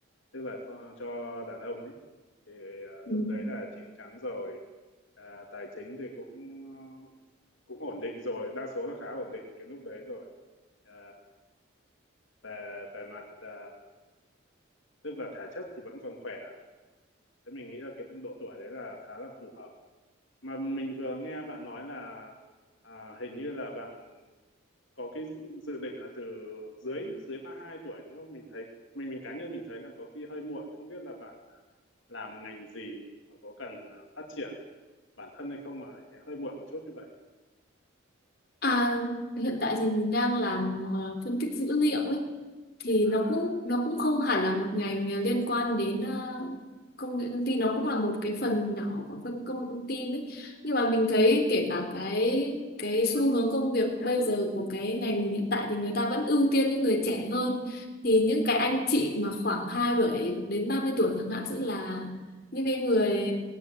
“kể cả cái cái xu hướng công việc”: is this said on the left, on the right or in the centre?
Left